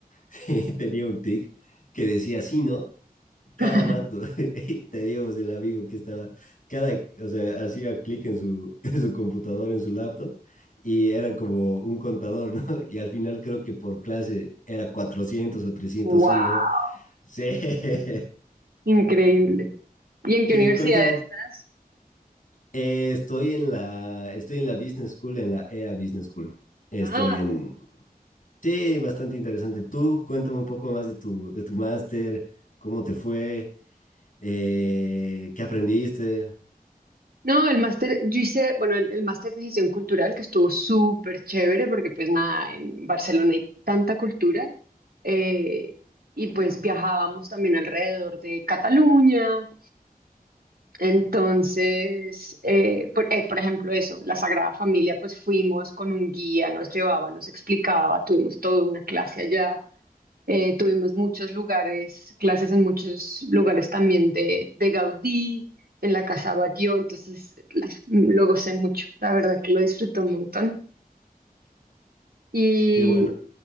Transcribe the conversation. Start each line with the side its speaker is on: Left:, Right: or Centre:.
Left: <laughs> tenía un tic que decía, sí, no, cada
Right: <laughs>
Left: rato <laughs> teníamos el amigo que estaba, cada, o sea, hacía clic en su, <laughs> en su computadora, en su laptop, y era como un contador, ¿no? <laughs> Y al final creo que por clase era 400 o trescientos
Right: Wow,
Left: sí, ¿no? Sí, <laughs>
Right: increíble. ¿Y en
Left: sí,
Right: qué universidad
Left: cuéntame.
Right: estás?
Left: Eh, estoy en la, estoy en la Business School, en la EA Business School. Estoy
Right: Ah,
Left: en,
Right: tremendo.
Left: sí, bastante interesante. Tú, cuéntame un poco más de tu, de tu máster, cómo te fue, eh, qué aprendiste
Right: No, el máster, yo hice, bueno, el, el máster de gestión cultural que estuvo súper chévere porque pues nada, en Barcelona hay tanta cultura eh, y pues viajábamos también alrededor de Cataluña. Entonces, eh, por, eh, por ejemplo, eso, la Sagrada Familia, pues fuimos con un guía, nos llevaba, nos explicaba, tuvimos toda una clase allá. Eh, tuvimos muchos lugares, clases en muchos lugares también de, de Gaudí, en la Casa Batlló, entonces <laughs> la- lo gocé mucho, la verdad que lo disfruté un montón. Y
Left: Qué bueno.